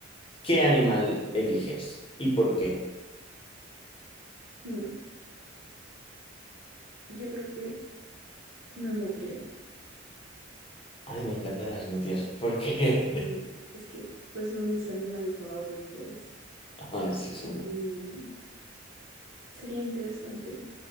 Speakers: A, on the left; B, on the right.
A: ¿Qué animal eliges y por qué?
B: Mm, Yo creo que una nutria.
A: Ay, me encantan las noticias. ¿Por qué?
B: Sí,
A: <laughs>
B: es que pues son mis animales favoritos
A: Ah, sí, son...
B: y
A: bu-
B: sería interesante